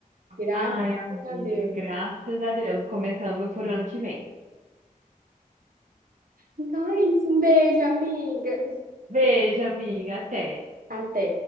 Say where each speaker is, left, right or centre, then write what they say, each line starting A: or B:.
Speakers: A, on the right (about 75°); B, on the right (about 60°).
A: Graças
B: Ai, amiga,
A: a Deus.
B: graças a Deus, começando por ano que vem.
A: Então é isso. Um beijo, amiga.
B: Beijo, amiga, até.
A: Até.